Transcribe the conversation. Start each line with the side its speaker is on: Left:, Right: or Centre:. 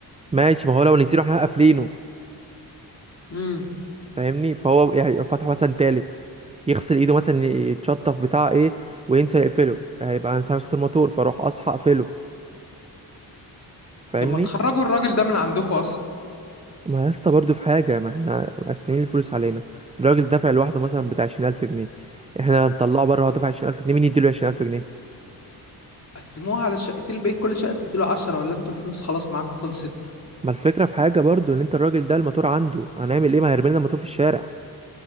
Right: ماشي ما هو لو نسينا احنا قافلينه
Left: امم
Right: فاهمني فهو يعني يبقى فتحه مثلا تالت يغسل ايده مثلا يتشطف بتاع ايه وينسى يقفله هيبقى انا سامع صوت الموتور فاروح اصحى اقفله فاهمني
Left: طب ما تخرجوا الراجل ده من عندكم اصلا
Right: ما يا اسطى برضه في حاجة ما احنا مقسمين الفلوس علينا الراجل دافع لوحده مثلا بتاع عشرين ألف جنيه احنا هنطلعه بره هو دافع عشرين ألف جنيه مين يديله عشرين ألف جنيه
Left: قسموها على الشقتين بين كل شقه تديله 10 ولا انتوا الفلوس خلاص معاكم خلصت
Right: ما الفكرة في حاجة برضه ان انت الراجل ده الموتور عنده هنعمل ايه ما هيرمي لنا الموتور في الشارع